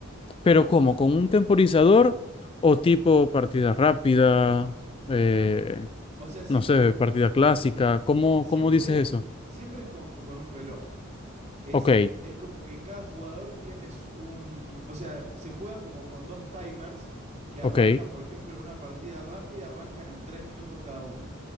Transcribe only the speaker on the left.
pero ¿cómo? ¿Con un temporizador o tipo partida rápida? Eh,
no sé,
partida clásica. ¿Cómo,
cómo dices eso?
Ok,
ok,